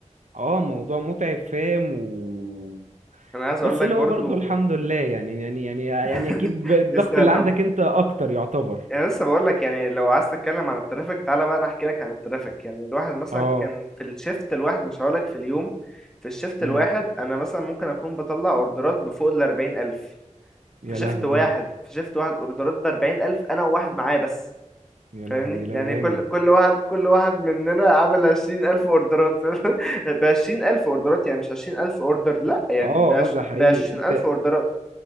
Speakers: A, on the right (about 75°); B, in the centre.
A: اه موضوع متعب فاهم و
B: انا عايز
A: بس
B: اقول لك
A: اللي
B: برضو
A: هو برضه الحمد لله يعني يعني يعني يعني
B: <laughs>
A: اكيد ب- الضغط
B: يستاهل
A: اللي
B: الهم
A: عندك انت اكتر يعتبر
B: يعني لسه بقول لك يعني لو عايز تتكلم عن الترافيك تعالى بقى انا احكي لك عن الترافيك يعني الواحد مثلا
A: اه
B: كان في الشيفت الواحد مش هقول لك في اليوم في الشيفت الواحد
A: امم
B: انا مثلا ممكن اكون بطلع اوردرات بفوق ال 40000
A: يا
B: في شيفت
A: لهوي
B: واحد في شيفت واحد اوردرات ب 40000 انا وواحد معايا بس
A: يا
B: فاهمني
A: لهوي لا
B: يعني
A: ياما
B: كل كل واحد كل واحد مننا عامل 20000 اوردرات <laughs> ب 20000 اوردرات يعني مش 20000 اوردر لا يعني
A: اه اه ده حقيقي
B: ب 20000
A: انت
B: اوردرات